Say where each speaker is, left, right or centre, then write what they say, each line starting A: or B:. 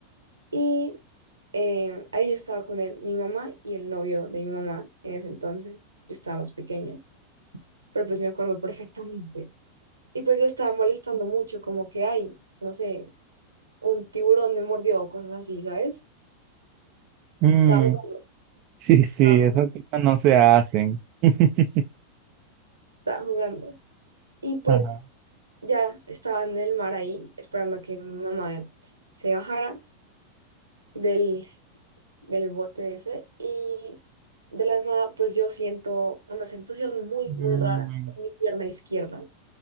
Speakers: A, on the right; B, on the right.
A: y eh, ahí yo estaba con él, mi mamá y el novio de mi mamá en ese entonces. Yo estaba más pequeña, pero pues me acuerdo perfectamente. Y pues yo estaba molestando mucho, como que hay, no sé, un tiburón me mordió o cosas así, ¿sabes?
B: Mm,
A: Estaba jugando,
B: <laughs> sí, sí,
A: estaba jugando,
B: esas cosas no se hacen. <laughs>
A: estaba jugando. Y pues
B: Ajá.
A: ya estaba en el mar ahí, esperando a que mi mamá se bajara del, del bote ese. Y de la nada, pues yo siento una sensación muy,
B: Mm,
A: muy rara en mi pierna izquierda.